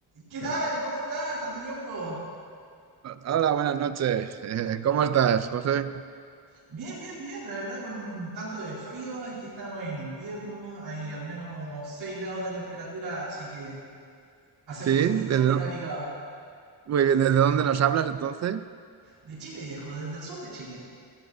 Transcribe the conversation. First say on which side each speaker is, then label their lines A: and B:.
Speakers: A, on the right; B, on the right.
A: ¿Qué tal? ¿Cómo estás? ¿Tanto tiempo?
B: Hola, buenas noches. Eh, ¿cómo estás, José?
A: Bien, bien, bien, la verdad, con tanto de frío, aquí estamos en invierno, hay al menos unos 6 grados de temperatura, así que hacer
B: Sí,
A: fueguito
B: ¿Desde
A: bien
B: dó-
A: abrigado.
B: muy bien. ¿Desde dónde nos hablas entonces?
A: De Chile, viejo, desde el sur de Chile,